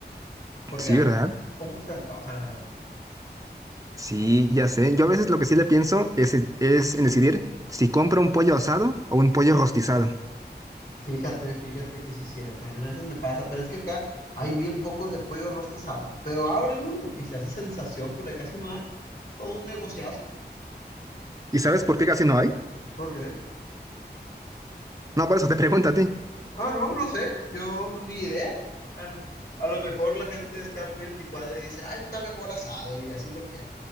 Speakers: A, on the left; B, on the right.
A: porque,
B: Sí,
A: ah,
B: ¿verdad?
A: cómo se antoja, la verdad.
B: Sí, ya sé. Yo a veces lo que sí le pienso es, es en decidir si compro un pollo asado o un pollo rostizado.
A: Fíjate, fíjate que sí es cierto, a mí a veces me pasa, pero es que acá hay bien pocos de pollo rostizado, pero abre uno y se hace sensación porque casi no hay, todo un negociazo.
B: ¿Y sabes por qué casi no hay?
A: ¿Por qué?
B: No, por eso te pregunto a ti.
A: Ah, no, no sé, yo ni idea. An- A, lo mejor la gente está muy anticuada y dice, ah, está mejor asado y así lo quiere.